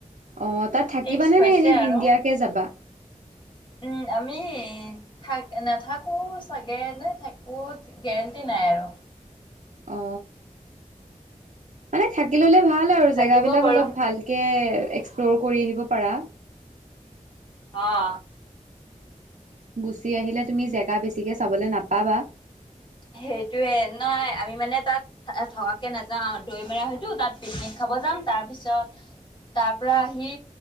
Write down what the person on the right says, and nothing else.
অ তাত থাকিবানে
নে এনেই দিনদিয়াকে
যাবা।
অ, মানে থাকি ললে ভাল আৰু
জেগাবিলাক
অলপ ভাল। কে এক্সপ্ল'ৰ কৰি আহিব পাৰা।
গুচি আহিলে তুমি জেগা বেছিকে চাবলৈ নাপাবা।